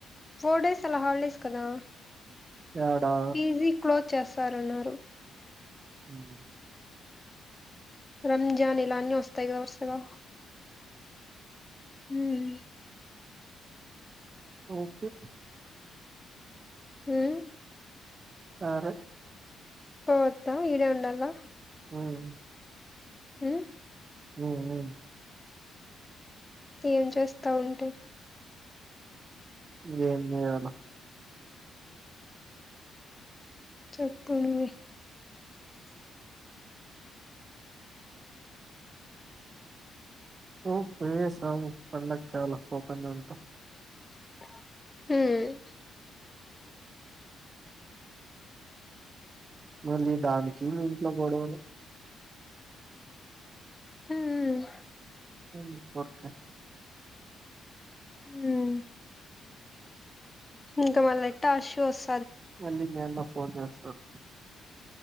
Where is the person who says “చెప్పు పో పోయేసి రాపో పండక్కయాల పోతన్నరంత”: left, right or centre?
Right